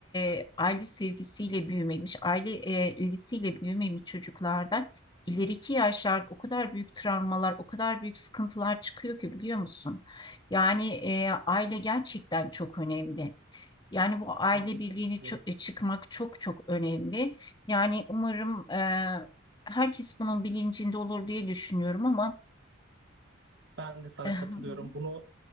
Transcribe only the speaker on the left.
e, aile sevgisiyle büyümemiş, aile e, ilgisiyle büyümemiş çocuklardan ileriki yaşlarda o kadar büyük travmalar, o kadar büyük sıkıntılar çıkıyor ki biliyor musun? Yani e, aile gerçekten çok önemli. Yani bu aile
birliğini
çı- çıkmak çok çok önemli. Yani umarım e, herkes bunun bilincinde olur diye düşünüyorum ama
<laughs>